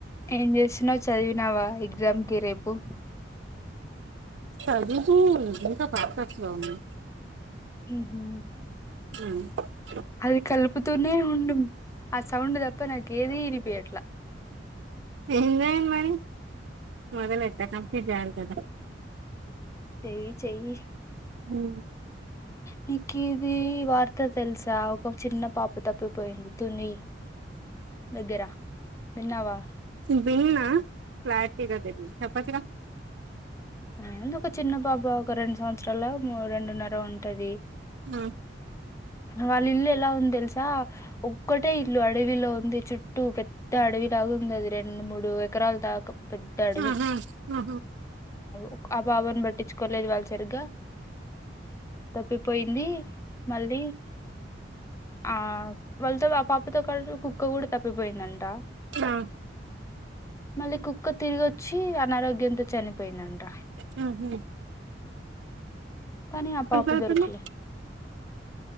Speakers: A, on the left; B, on the right.
A: ఏం చేస్తున్నావ్ చదివినావా ఎగ్జామ్కి రేపు
B: చదువుతు ఇంకా ప్రాసెస్ లో ఉంది
A: ఉహు
B: ఉ
A: అది కల్పుతూనే ఉండు ఆ సౌండ్ తప్ప నాకు ఏది వినిపియట్లా
B: ఏం చేయను మరి మొదలెట్టినమ్ కంప్లీట్ చేయాలా కదా.
A: చేయి చేయి
B: ఉ
A: నీక్ కి ఇది వార్త తెలుసా ఒక చిన్న పాప తప్పిపోయింది తుని దగ్గరా విన్నావా
B: విన్న క్లారిటీగా తెలియదు చెప్పచ్చుగా
A: ఆ ఎందుకు చిన్న బాబా ఒక రెండు సంవత్సరాల మూ రెండున్నర ఉంటది.
B: నా
A: వాల్ ఇల్లు ఎలా ఉంద్ దెలుసా ఒక్కటే ఇల్లు అ రేవిలో ఉంది, చుట్టూ పెద్ద అడవిలాగా ఉంది. అది రెండు మూడు ఎకరాల దాకా పెద్ద అడవి
B: ఆహా, ఆహా, ఆ,
A: ఒక్ ఆ పాబాన్ పట్టించుకోలేదద్ వాళ్ళు సరిగ్గా. తప్పిపోయింది మళ్ళీ ఆ వాలతో సో ఆ పాపతో కరు కుక్క కూడా తప్పిపోయిందంట
B: నా
A: మళ్ళీ కుక్క తిరిగొచ్చి అనారోగ్యంతో చనిపోయిందంట.
B: హహు
A: తనే ఆ పాప
B: అవుతుంది
A: దొరుకలే